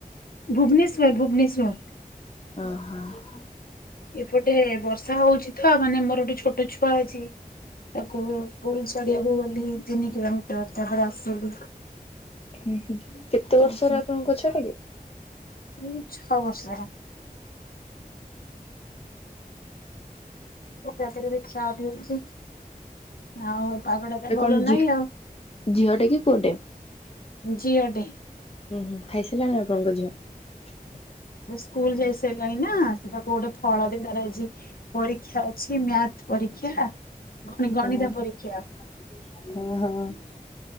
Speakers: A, on the left; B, on the left.
A: ଭୁବନେଶ୍ଵର ଭୁବନେଶ୍ଵର।
B: ଅଁହଁ।
A: ଏପଟେ ବର୍ଷା ହଉଛି ତ ମାନେ ମୋର ଗୋଟେ ଛୁ ଛୋଟ ଛୁଆ ଅଛି ତାକୁ ସ୍କୁଲ ଛାଡି ଧିଆକୁ ଗଲି ତିନି କିଲମିଟର ତାପରେ ଆସିଲି।
B: ହୁଁ ହୁଁ କେତେ ବର୍ଷର
A: ଆସି
B: ଆପଣଙ୍କ ଛୁଆଟା କି।
A: ଏଇ ଛଅ ବର୍ଷ ହେଲା। ମୁ ରାତି ରେ ବି ଚା ପିଉଚି। ଆଉ ପାଗଟା ତ
B: ଏ
A: ଭଲ
B: କଣ
A: ନାହିଁ
B: ଝିଅ
A: ଆଉ।
B: ଝିଅଟେ କି ପୁଅଟେ?
A: ଝିଅଟେ।
B: ହୁଁ ହୁଁ ଖାଇସାରିଲାଣି ଆପଣଙ୍କ ଯିବା।
A: ସେ ସ୍କୁଲ ଯାଇ ସାରିଲାଣି ନା ସେ ତାକୁ ଗୋଟେ ଫଳ ଦ <unintelligible> ପରୀକ୍ଷା ଅଛି ମ୍ୟାଥ ପରୀକ୍ଷା ଗଣି
B: ହଁ
A: ଗଣିତ ପରୀକ୍ଷା।
B: <unintelligible>